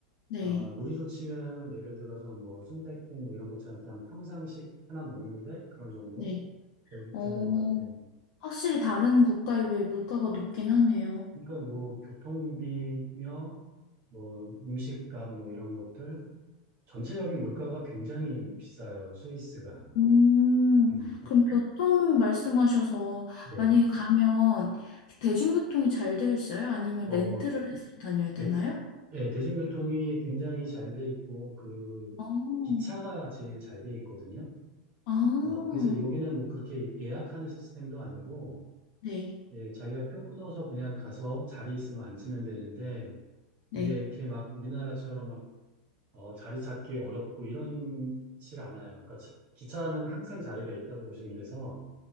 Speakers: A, on the left; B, on the right.
A: 네,
B: 아, 우리로 치면 예를 들어서 뭐 순댓국 뭐 이런 것처럼 그냥 평상식 하나 먹는데 그런 정도
A: 네.
B: 걸
A: 어,
B: 드는 것 같아요.
A: 확실히 다른 국가에 비해 물가가 높긴 하네요.
B: 그러니까 뭐 교통비며 뭐 음식값 뭐 이런 것들 전체적인 물가가 굉장히 비싸요. 스위스가.
A: 음,
B: 음.
A: 그럼 교통 말씀하셔서
B: 네.
A: 만약에 가면 대중교통이 잘 되어 있어요? 아니면
B: 어,
A: 렌트를 해서 다녀야 되나요?
B: 대, 네, 대중교통이 굉장히 잘 돼 있고, 그,
A: 어,
B: 기차가 제일 잘 돼 있거든요.
A: 아,
B: 어, 그래서 여기는 뭐 그렇게 예약하는 시스템도 아니고,
A: 네,
B: 예, 자기가 표 끊어서 그냥 가서 자리 있으면 앉으면 되는데,
A: 네.
B: 이게 이렇게 막 우리나라처럼 막, 어, 자리 잡기 어렵고 이런질 않아요. 그러니까 차- 기차는 항상 자리가 있다고 보시면 돼서,